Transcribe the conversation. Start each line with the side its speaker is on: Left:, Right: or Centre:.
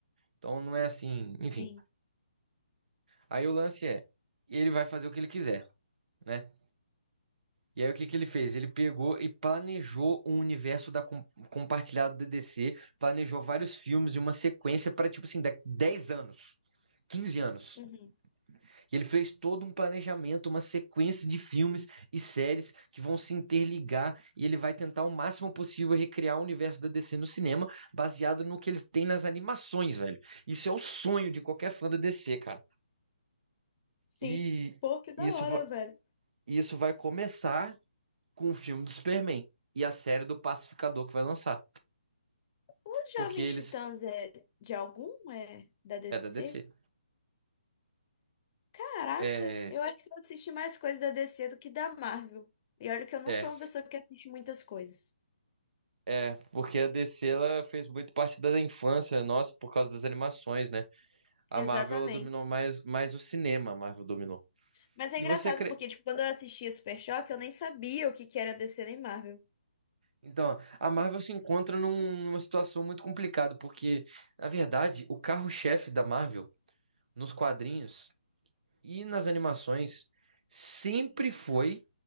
Right: Então não é assim, enfim.
Left: sim.
Right: Aí o lance é, ele vai fazer o que ele quiser, né? E aí, o que que ele fez? Ele pegou e planejou um universo da com- compartilhado da DC, planejou vários filmes e uma sequência para, tipo assim, da- 10 anos, 15 anos.
Left: Uhum.
Right: E ele fez todo um planejamento, uma sequência de filmes e séries que vão se interligar e ele vai tentar o máximo possível recriar o universo da DC no cinema, baseado no que eles têm nas animações, velho. Isso é o sonho de qualquer fã da DC, cara.
Left: Sim.
Right: E
Left: Pô, que da
Right: isso,
Left: hora,
Right: va-
Left: velho.
Right: isso vai começar com o filme do Superman e a série do Pacificador que vai lançar.
Left: Os Jovens
Right: Porque eles.
Left: Titãs é de algum? É da DC?
Right: É da DC.
Left: Caraca,
Right: É.
Left: eu acho que eu assisti mais coisas da DC do que da Marvel. E olha que eu não
Right: É,
Left: sou uma pessoa que assiste muitas coisas.
Right: é, porque a DC ela fez muito parte da infância nossa por causa das animações, né? A
Left: Exatamente.
Right: Marvel ela dominou mais, mais o cinema, a Marvel dominou.
Left: Mas é
Right: E
Left: engraçado
Right: você acre-
Left: porque, tipo, quando eu assistia Super Choque, eu nem sabia o que que era DC nem Marvel.
Right: Então, a Marvel se encontra num- numa situação muito complicada, porque, na verdade, o carro-chefe da Marvel nos quadrinhos e nas animações sempre foi